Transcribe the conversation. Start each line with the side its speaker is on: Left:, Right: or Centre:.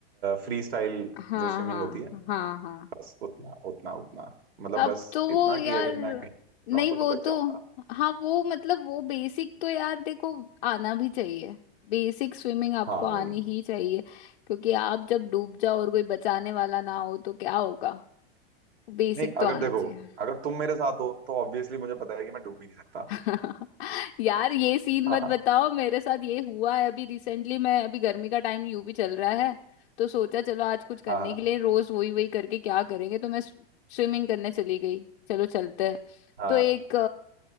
Right: फ्री स्टाइल
Left: हाँ
Right: जो स्विमिंग
Left: हाँ
Right: होती है
Left: हाँ हाँ
Right: बस उतना उतना उतना मतलब
Left: अब
Right: बस
Left: तो
Right: इतना
Left: वो यार
Right: कि अगर मैं कहीं जाऊँ
Left: नहीं
Right: तो
Left: वो
Right: मैं बच
Left: तो
Right: जाऊंगा
Left: हाँ वो मतलब वो बेसिक तो यार देखो आना भी चाहिए बेसिक स्विमिंग आपको
Right: हाँ
Left: आनी
Right: वही
Left: ही चाहिए क्योंकि आप जब डूब जाओ और कोई बचाने वाला ना हो तो क्या होगा बेसिक
Right: नहीं
Left: तो
Right: अगर
Left: आना
Right: देखो
Left: चाहिए
Right: अगर तुम मेरे साथ हो तो ऑब्वियसली मुझे पता है कि मैं डूब ही नहीं सकता
Left: <laughs> यार ये सीन
Right: <laughs>
Left: मत
Right: हाँ
Left: बताओ मेरे साथ ये हुआ है अभी रिसेंटली मैं अभी गर्मी का टाइम यूं भी चल रहा है तो सोचा चलो आज कुछ करने
Right: हाँ हाँ
Left: के लिए रोज वही वही करके क्या करेंगे तो मैं स्विमिंग करने चली गई चलो चलते हैं
Right: हाँ,
Left: तो एक